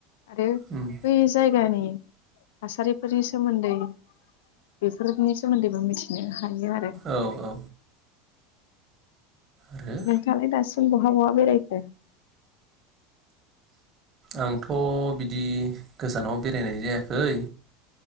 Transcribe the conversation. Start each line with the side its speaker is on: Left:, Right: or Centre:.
Left: आरो
Right: उम
Left: बै जायगानि थासारिफोरनि सोमोन्दै बेफोरनि सोमोन्दैबो मिथि बिदिनो थायो आरो।
Right: औ औ आरो
Left: नोंथाङालाय दासिम बहा - बहा बेरायखो?
Right: आंथ' बिदि गोजानाव बेरायनाय जायाखै।